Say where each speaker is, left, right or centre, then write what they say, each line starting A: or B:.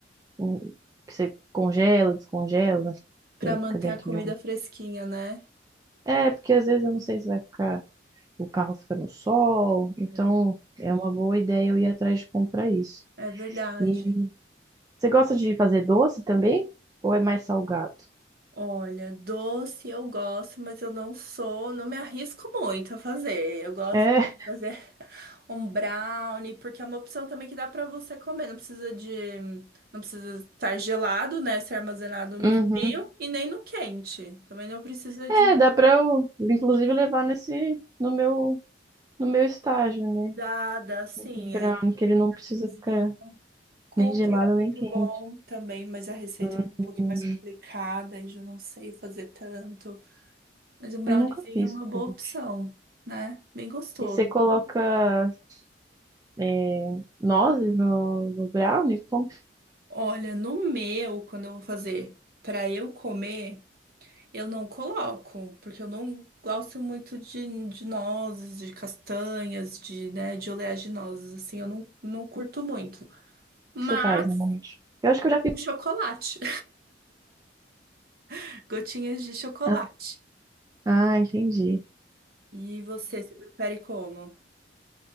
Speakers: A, on the right; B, on the right.
A: um- que você congela, descongela,
B: para
A: que
B: manter
A: fica dentro
B: a comida
A: de um.
B: fresquinha, né?
A: É, porque às vezes eu não sei se vai ficar. O carro fica no sol, então
B: É,
A: é uma boa ideia eu ir atrás de comprar isso.
B: é verdade.
A: E você gosta de fazer doce também? Ou é mais salgado?
B: Olha, doce eu gosto, mas eu não sou, não me arrisco muito a fazer. Eu gosto
A: É,
B: de fazer um brownie, porque é uma opção também que dá pra você comer. Não precisa de, não precisa estar gelado, né? Ser armazenado no
A: uhum.
B: frio e nem no quente. Também não precisa
A: É,
B: de,
A: dá pra eu, inclusive,
B: de
A: levar nesse, no meu, no meu estágio, né?
B: umidade, assim.
A: O brownie,
B: Aí,
A: que ele não precisa
B: cozinha.
A: ficar
B: cookie
A: nem gelado
B: é muito
A: nem quente.
B: bom também, mas a receita
A: Hum,
B: é um pouquinho mais complicada e já não sei fazer tanto. Mas um browniezinho
A: eu nunca fiz
B: é uma boa
A: cookie.
B: opção, né? Bem gostoso.
A: E você coloca é, nozes no, no brownie? Como que
B: Olha, no meu, quando eu vou fazer para eu comer, eu não coloco, porque eu não gosto muito de, de nozes, de castanhas, de, né, de oleaginosas, assim, eu não, não curto muito. Mas
A: você faz normalmente? Eu acho que eu já fiz.
B: o chocolate, <laughs> gotinhas de chocolate.
A: Ah, ah, entendi.
B: E você, se prefere como?